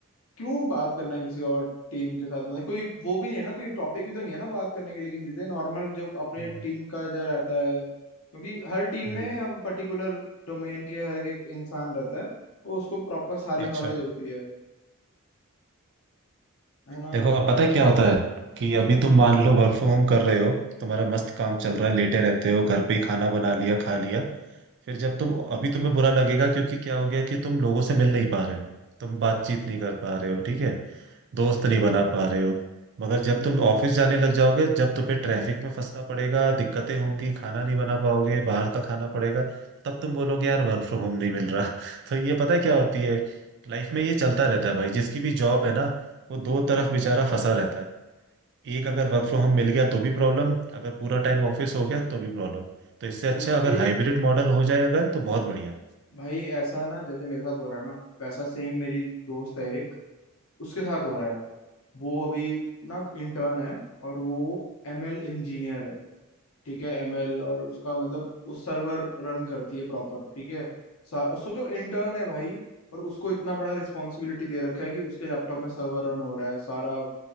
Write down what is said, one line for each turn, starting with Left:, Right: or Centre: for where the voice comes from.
Left: क्यों बात करना है किसी और टीम के साथ मतलब कोई वो भी नहीं है ना कोई टॉपिक भी तो नहीं है ना बात करने के लिए किसी से नॉर्मल जो अपने
Right: हम्म
Left: टीम का जो रहता है क्योंकि हर टीम
Right: हम्म
Left: में हम पर्टिकुलर डोमेन के हर एक इंसान रहता है तो उसको प्रॉपर सारी नॉलेज
Right: अच्छा
Left: होती है है ना
Right: देखो अब पता है क्या
Left: बस
Right: होता है कि अभी तुम मान लो वर्क फ्रॉम होम कर रहे हो तुम्हारा मस्त काम चल रहा है लेटे रहते हो घर पे ही खाना बना लिया खा लिया फिर जब तुम अभी तुम्हें बुरा लगेगा क्योंकि क्या हो गया कि तुम लोगों से मिल नहीं पा रहे हो तुम बातचीत नहीं कर पा रहे हो ठीक है दोस्त नहीं बना पा रहे हो मगर जब
Left: हम्म
Right: तुम ऑफिस जाने लग जाओगे जब तुम्हें ट्रैफिक में फंसना पड़ेगा दिक्कतें होंगी खाना नहीं बना पाओगे बाहर का खाना पड़ेगा तब तुम बोलोगे यार वर्क फ्रॉम होम नहीं मिल रहा <laughs> तो ये पता है क्या होती है लाइफ में ये चलता रहता है भाई जिसकी भी जॉब है ना वो
Left: हम्म
Right: दो तरफ बेचारा फंसा रहता है एक
Left: हम्म।
Right: अगर वर्क फ्रॉम होम मिल गया तो भी प्रॉब्लम अगर पूरा टाइम ऑफिस हो गया तो भी प्रॉब्लम तो इससे अच्छा
Left: क्योंकि
Right: अगर हाइब्रिड मॉडल हो जाए अगर तो बहुत बढ़िया
Left: भाई ऐसा ना जैसे मेरे साथ हो रहा है ना वैसा सेम मेरी दोस्त है एक उसके साथ हो रहा है वो अभी ना इंटर्न है और वो एमएल इंजीनियर है ठीक है एमएल और उसका मतलब वो सर्वर रन करती है प्रॉपर ठीक है सा- सो जो इंटर्न है भाई और उसको इतना बड़ा रिस्पॉन्सिबिलिटी दे रखा है कि उसके लैपटॉप में सर्वर रन हो रहा है सारा